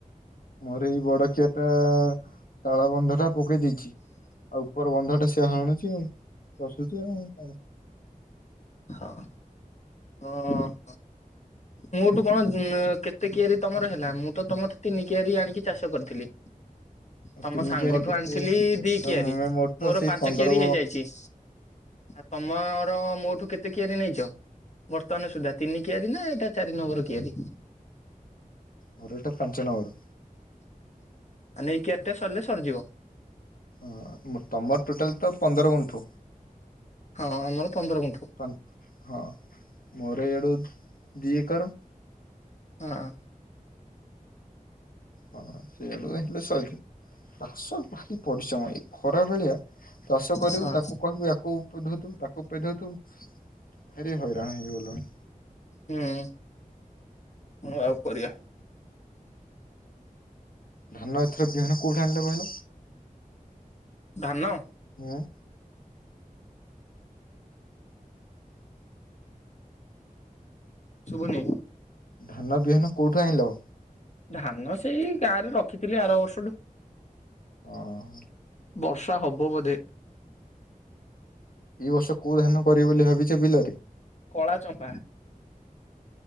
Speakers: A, on the left; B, on the left.
A: ମୋର ଏଇ ବଡ କିଆରିଟା ଆ ତାଳବନ୍ଧ ଟା ପକେଇ ଦେଇଛି। ଆଉ ଉପର ବନ୍ଧ ଟା ସିଏ ହାଣୁଚି ଆଉ। ସୁଜି ଆଉଁ କଣ?
B: ହଅ। ଅଁ ହଁ। ମୋଠୁ କଣ ଯଁ ଏଁ କେତେ କିଆରି ତମର ହେଲା ମୁଁ ତ ତମଠୁ ତିନିକିଆରି ଆଣିକି ଚାଷ କରିଥିଲି। ତମ
A: ତିନିକିଆରେ
B: ସାଙ୍ଗଠୁ
A: କେତେ
B: ଆଣିଥିଲି ଦି
A: ତ
B: କିଆରି
A: ମୁଁ ତ
B: ମୋର
A: ସେଇ
B: ପାଞ୍ଚ
A: ପନ୍ଦର
B: କିଆରି ହେଇଯାଇଚି। ଆ ତମର ମୋଠୁ କେତେ କିଆରି ନେଇଚ? ବର୍ତ୍ତମାନ ସୁଦ୍ଧା ତିନି କିଆରି ନା ଏଇଟା ଚାରି ନମ୍ବର କିଆରି।
A: ମୋର ଏଟା ପାଞ୍ଚ ନମ୍ବର।
B: ମାନେ ଏଇ କିଆରିଟା ସରିଲେ ସରିଯିବ।
A: ହଁ ଅମ ତମର ଟୋଟାଲ୍ ତ ପନ୍ଦର ଗୁଣ୍ଠୁ।
B: ହଁ ଅଁ ଆମର ପନ୍ଦର ଗୁଣ୍ଠୁ।
A: ପନ ହଁ ମୋର ୟାଡୁ ଦି ଏକର।
B: ହଁଅଁ।
A: ହଁ ସେଇଆଡୁଆ ହେଲେ ସରିଯିବ ଚାଷ ଭାରି ପରିଶ୍ରମ ଏଇ ଖରା ବେଳିଆ ତାଷ କରିବୁ
B: ହଁ
A: ତାକୁ କହିବୁ ୟାକୁ ପେଧଉ ଥିବୁ ତା କୁ ପେଧଉଥୁବୁ ଭାରି ହଇରାଣ ହେଇଗଲୁଣି।
B: ହୁଁ କଁ ଆଉ କରିବା?
A: ଧାନ ଏଥର ବିହନ କୋଉଠୁ ଆଣିଲେ କହିଲ?
B: ଧାନ।
A: ହଁଅଁ।
B: ଶୁଭୁନି।
A: ଧାନ ବିହନ କୋଉଠୁ ଆଇଁଲ?
B: ଧାନ ସେଇ ଗାଁ ରେ ରଖିଥିଲି ଆର ବର୍ଷଡୁ।
A: ହଁ, ଅଁ।
B: ବର୍ଷା ହବ ବୋଧେ।
A: ଏଇ ବର୍ଷ କୋଉ ଧାନ କରିବ ବୋଲି ଭାବିଛ ବିଲରେ?
B: କଳା ଚମ୍ପା।